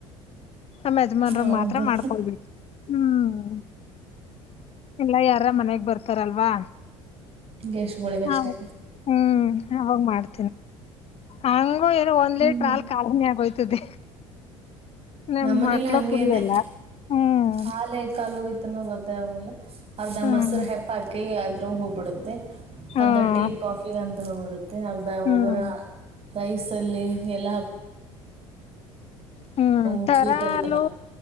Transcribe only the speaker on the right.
ಹೌದು
ಗೆಸ್ಟ್ಗಳಿಗಷ್ಟೇ
ಹ್ಮ್
ನಮ್ಮನೇಲಿ
ಹಂಗೇನೆ
ಹಾಲ್ ಹೇ ಕಾಲು ಹೋಗಿದ ಗೊತ್ತಂಗಲ್ಲ ಅದ
ಮೊಸರು ಹೆಪ್ಪ ಹಾಕಿ ಆದರು ಹೋಗ್ಬಿಡುತ್ತೆ
ಅರ್ಧ ಟೀ ಕಾಫಿಗೆ ಅಂತ ಹೋಗಿಬಿಡುತ್ತೆ ಅರ್ಧ
ಒಬ್ಬರ ರೈಸ್ ಅಲ್ಲಿ ಎಲ್ಲ
ಹಾಕೊಂಡು
ಸ್ವೀಟಲ್ಲಿ